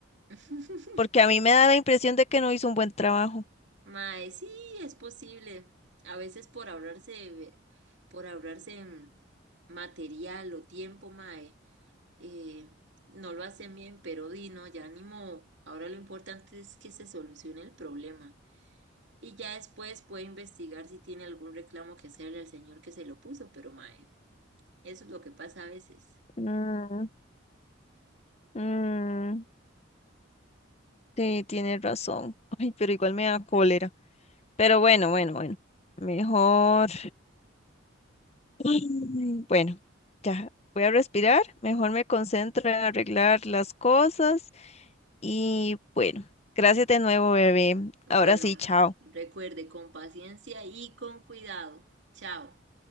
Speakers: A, on the right; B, on the left.
A: <laughs>
B: Porque a mí me da la impresión de que no hizo un buen trabajo.
A: Mae, sí, es posible. A veces por ahorrarse, por ahorrarse en material o tiempo, mae, eh, no lo hacen bien, pero di, no, ya ni modo. Ahora lo importante es que se solucione el problema. Y ya después puede investigar si tiene algún reclamo que hacerle al señor que se lo puso, pero mae, eso es lo que pasa a veces.
B: Mm, mm, sí, tiene razón. <laughs> Ay, pero igual me da cólera. Pero bueno, bueno, bueno. Mejor. Ay, Bueno, ya voy a respirar, mejor me concentro en arreglar las cosas y bueno, gracias de nuevo, bebé.
A: Bueno,
B: Ahora sí, chao.
A: recuerde, con paciencia y con cuidado. Chao.